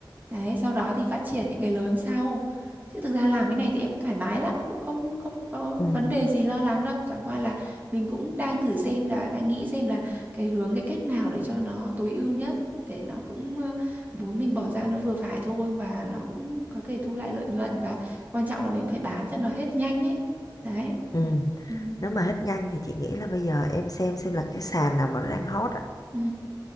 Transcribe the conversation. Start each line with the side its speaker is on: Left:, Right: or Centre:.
Right: đấy sau đó thì phát triển những cái lớn sau chứ thực ra làm cái này thì em cũng thoải mái lắm cũng không không có
Left: Ừm,
Right: vấn đề gì lo lắng đâu chẳng qua là mình cũng đang thử xem là đang nghĩ xem là cái hướng cái cách nào để cho nó tối ưu nhất để nó cũng ờ, vốn mình bỏ ra nó vừa phải thôi mà nó cũng có thể thu lại lợi nhuận và quan trọng là mình cũng phải bán cho nó hết nhanh ấy đấy
Left: ừm.
Right: ừ.
Left: Nếu mà hết nhanh thì chị nghĩ là bây giờ em xem xem là cái sàn nào mà nó đang hot á
Right: Ừ.